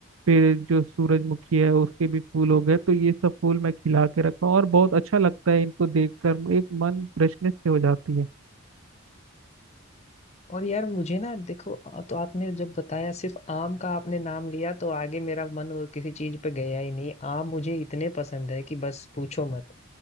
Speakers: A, on the right; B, on the left.
A: फिर जो सूरजमुखी है उसके भी फूल हो गए तो ये सब फूल मैं खिला के रखा हूँ और बहुत अच्छा लगता है इनको देखकर एक मन फ्रेशनेस से हो जाती है
B: और यार मुझे ना देखो आ- तो आपने जब बताया सिर्फ आम का आपने नाम लिया तो आगे मेरा मन और किसी चीज पे गया ही नहीं आम मुझे इतने पसंद है कि बस पूछो मत